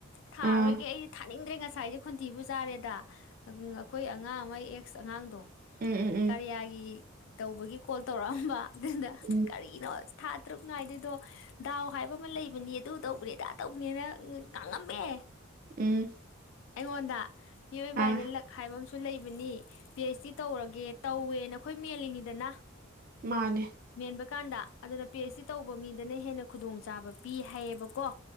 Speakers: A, on the left; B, on the right.
A: ꯊꯥꯔꯣꯏꯒꯦ
B: ꯑꯥ
A: ꯑꯩꯁꯦ ꯊꯥꯅꯤꯡꯗ꯭ꯔꯦ ꯉꯁꯥꯏꯗꯤ ꯈꯣꯟꯇꯤꯕꯨ ꯆꯥꯔꯦꯗ ꯑꯩꯈꯣꯏ ꯑꯉꯥꯡ ꯑꯃ ꯑꯦꯛꯁ ꯑꯉꯥꯡꯗꯣ
B: ꯎꯝ ꯎꯝ ꯎꯝ
A: ꯀꯥꯔꯤꯌꯥꯒꯤ ꯇꯧꯕꯒꯤ ꯀꯣꯜ ꯇꯧꯔꯛꯑꯝꯕ ꯑꯗꯨꯗ
B: ꯎꯝ
A: ꯀꯔꯤꯅꯣ ꯇꯔꯨꯛ ꯅꯥꯏꯗꯣꯢꯗꯣ ꯗꯥꯎ ꯍꯥꯏꯕ ꯑꯃ ꯂꯩꯕꯅꯤ ꯑꯗꯨ ꯇꯧꯕꯅꯦ ꯑꯗꯥ ꯇꯧꯕꯅꯦꯅ ꯉꯥꯡꯉꯝꯃꯦ
B: ꯎꯝ
A: ꯑꯩꯉꯣꯟꯗ ꯃꯤꯑꯣꯏꯕ
B: ꯑꯥ
A: ꯍꯥꯏꯁꯦ ꯂꯛ ꯍꯥꯏꯕ ꯑꯃꯁꯨ ꯁ ꯂꯩꯕꯅꯤ ꯄꯤ ꯑꯩꯩꯆ ꯗꯤ ꯇꯧꯔꯒꯦ ꯇꯧꯋꯦ ꯅꯈꯣꯏ ꯃꯦꯜꯂꯤꯉꯤꯗꯅ
B: ꯃꯥꯅꯦ
A: ꯃꯦꯟꯕꯀꯥꯟꯗ ꯑꯗꯨꯅ ꯄꯤ ꯑꯩꯩꯆ ꯇꯧꯕ ꯃꯤꯗꯅ ꯍꯦꯟꯅ ꯈꯨꯗꯣꯡꯆꯥꯥꯕ ꯄꯤ ꯍꯥꯏꯌꯦꯕꯀꯣ